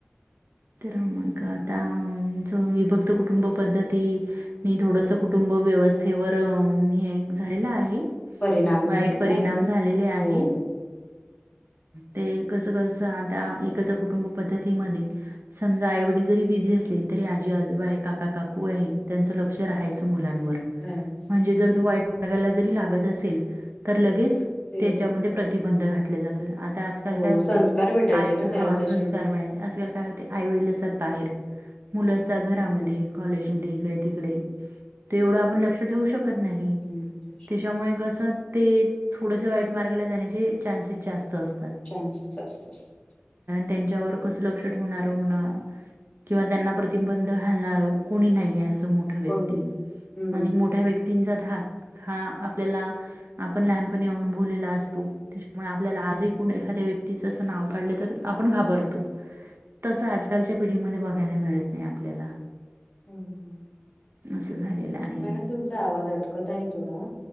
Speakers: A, on the right (about 65°); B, on the left (about 25°).
A: तर मग आतां ज विभक्त कुटुंब पद्धती मी थोडंसं कुटुं ब व्यवस्थेवरं हे एक झालेला आहे.
B: परिणाम झालेला
A: वाईट परिणाम
B: आहे.
A: झालेले
B: हो,
A: आहे. ते कसं-कसं आंता एकत्र कुटुंब पद्धतीमध्ये समजा आई-वडील जरी बिझी असले तरी आजी-आजोबा, काका-काकू आहे त्यांचं लक्ष राहायचं मुल पल्यांनवर
B: कायच
A: म्हणजे जर तू वाईट नादाला जरी लागत असेल तर लगेच
B: तेच.
A: <inaudible> त्याच्यामंदे प्रतिबंध घातले जात. आता आजकाल
B: हो,
A: काय होते
B: संस्कार भेटायचे
A: आय
B: ना
A: हा
B: त्याला तसे
A: संस्कार
B: मग.
A: मिळायचे आजकाल ते आईवडील असात बाहेर मुलं असतात घरामध्ये
B: हम्म,
A: कॉलेजमध्ये ईकडे तिकडे तर एवढं आपण लक्ष ठेवू शकत नाही
B: हम्म. तसे
A: तच्यामुळे कसं ते थोडसं वाईट मार्गाला जाण्याची चान्सेस जास्त असते.
B: चान्सेस जास्त असतात.
A: त्यांच्यावर कसं लक्ष होणार होना किंवा त्यांना प्रतिबंध घालणार कोणी नाहीेये अस ठ मोठया व्यक्ती
B: पण हम्म,
A: आणि मोठ्या व्यक्ति तीनचा धाक हा आपल्याला आपण लहानपणी अनुभवलेला असतो त्याच्यामुळे आपल्याला <unintelligible> ज एखाद्या व्यक्तीचं असं नाव काढलं तर आपण घाबरतो. तसं आजकालच्या पिढीमध्ये बघायला मिळत नाही आपल्याला
B: हम्म हम्म
A: असं झालेलं आहे
B: मॅडम तुमचा आवाज अटकत आहे थोडा